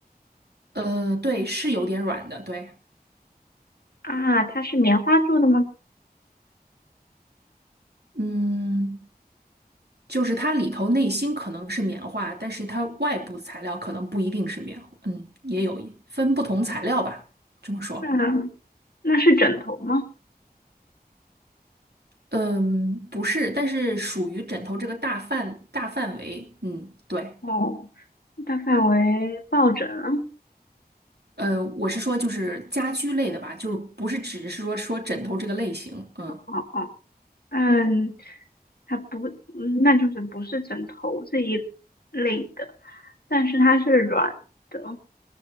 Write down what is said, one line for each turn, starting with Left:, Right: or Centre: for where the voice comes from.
Right: 呃，对，是有点软的，对，
Left: 啊，它是棉花做的吗？
Right: 嗯，就是它里头内芯可能是棉花，但是它外部材料可能不一定是棉花，嗯，也有一分不同材料吧，这么说。
Left: 那那是枕头吗？
Right: 嗯，不是，但是属于枕头这个大范大范围。嗯，对，
Left: 哦，大范围抱枕，
Right: 呃，我是说就是家居类的吧，就是不是只是说说枕头这个类型。嗯
Left: 哦哦，嗯，它不，嗯那就是不是枕头这一类的，但是它是软的，